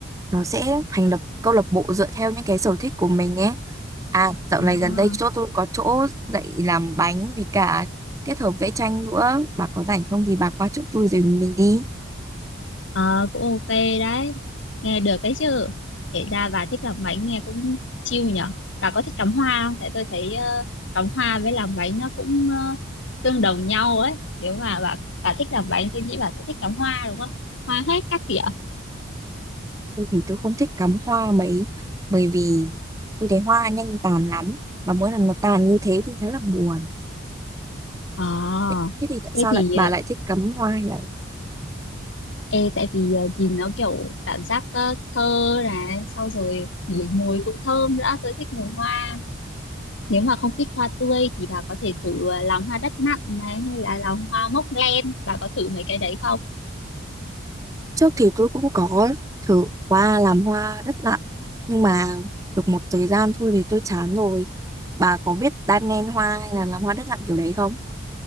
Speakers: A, on the right; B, on the left.
A: nó sẽ thành lập câu lạc bộ dựa theo những cái sở thích của mình ấy à dạo
B: à,
A: này gần đây chỗ tôi có chỗ dạy làm bánh vì cả kết hợp vẽ tranh nữa bà có rảnh không thì bà qua chỗ tôi rồi mình đi
B: ờ, cũng ok đấy nghe được cái chứ kể ra bà thích làm bánh nghe cũng chill nhở bà có thích cắm hoa không tại tôi thấy ờ, cắm hoa với làm bánh nó cũng ờ, tương đồng nhau ấy nếu mà bà bà thích làm bánh tôi nghĩ bà sẽ thích cắm hoa đúng không hoa hết các kiểu
A: tôi thì tôi không thích cắm hoa mấy bởi vì tôi thấy hoa nhanh tàn lắm và mỗi lần nó tàn như thế thì khá là buồn
B: Ờ,
A: thế thế thì tại
B: thế
A: sao
B: thì
A: lại bà
B: ờ,
A: lại thích cắm hoa nhỉ
B: Ê, tại vì ờ, nhìn nó kiểu cảm giác ờ, thơ là sau rồi ngửi mùi cũng thơm nữa tôi thích mùi hoa nếu mà không thích hoa tươi thì bà có thể thử ờ, lòng hoa đất nặn này hay là lòng hoa móc len bà có thử mấy cái đấy không
A: Trước thì tôi cũng có thử qua làm hoa đất lặn nhưng mà được một thời gian thôi thì tôi chán rồi. Bà có biết đan nen hoa hay là làm hoa đất lặn kiểu đấy không?